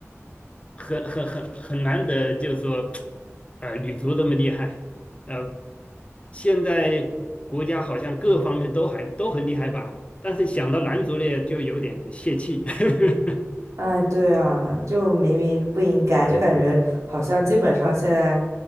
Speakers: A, on the left; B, on the right.
A: 很很很很难得，就是说，呃，女足这么厉害，呃，现在国家好像各方面都还都很厉害吧，但是想到男足呢，就有点泄气。<laughs>
B: 哎，对啊，就明明不应该，就感觉好像基本上现在，